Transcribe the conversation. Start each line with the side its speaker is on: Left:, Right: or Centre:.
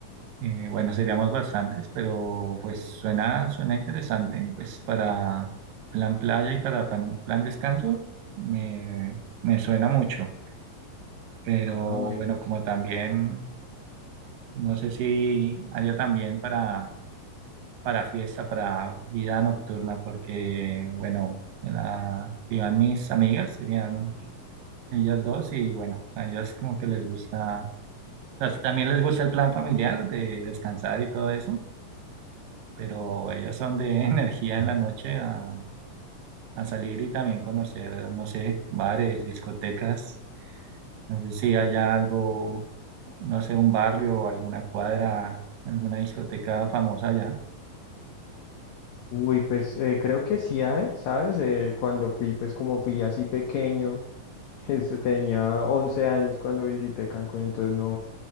Right: eh, bueno, seríamos bastantes, pero pues suena, suena interesante. Pues para plan playa y para plan, plan descanso me, me suena mucho. Pero
Left: Ah, bueno,
Right: bueno,
Left: ok.
Right: como también, no sé si haya también para, para fiesta, para vida nocturna, porque bueno, la, iban mis amigas, serían Ellas dos y bueno, a ellas como que les gusta, o sea, también les gusta el plan familiar de descansar y todo eso, pero ellas son de <laughs> energía en la noche a, a salir y también conocer, no sé, bares, discotecas, no sé si haya algo, no sé, un barrio, alguna cuadra, alguna discoteca famosa allá.
Left: Uy, pues eh, creo que sí hay, ¿sabes? Eh, cuando fui, pues como fui así pequeño, <laughs> este, tenía 11 años cuando visité Cancún, entonces no,